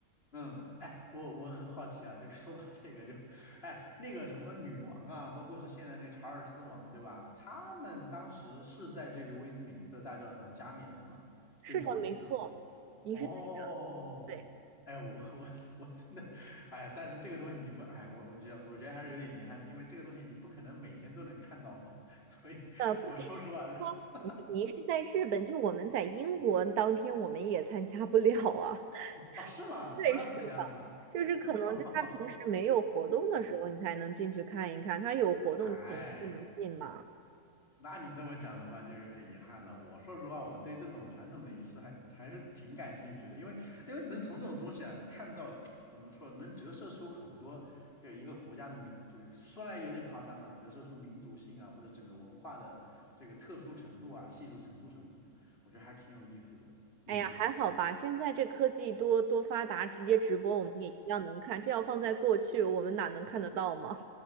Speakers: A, on the left; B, on the right.
A: 嗯，哎，我我很好奇啊，就 <laughs> 说到这个就，哎，那个什么女王啊，包括是现在那查尔斯王，对吧？他们当时是在这个威斯敏斯特大教堂加冕的嘛？
B: 是的，
A: 就有就
B: 没错，你是对
A: 哦，
B: 对
A: 哎，我我我真的，哎呀，但是这个东西你不，哎，我我觉得我觉得还是有点遗憾的，因为这个东西你不可能每天都能看到嘛，<laughs> 所以我说实话，
B: 的。呃不仅是说你，
A: <laughs>
B: 您是在日本，就我们在英国当天我们也参加不了啊。
A: 啊，是吗？
B: <laughs>
A: 不让参加的吗？
B: 对，是的。就是可能就他平时没有活动的时候，
A: <laughs> 嗯，
B: 你才能进去看一看。他有活动，
A: 哎。
B: 你肯定不能进嘛。
A: 那你这么讲的话，就有点遗憾了。我说实话，我对这种传统的仪式还还是挺感兴趣的，因为因为能从这种东西啊看到 <tsk> 怎么说，能折射出很多就一个国家的民，就是说来有点夸张啊，折射出民族性啊或者整个文化的这个特殊程度啊、细致程度什么的，我觉得还挺有意思的。嗯，
B: 哎呀，还好吧，现在这科技多多发达，直接直播我们也一样能看。这要放在过去，我们哪能看得到吗？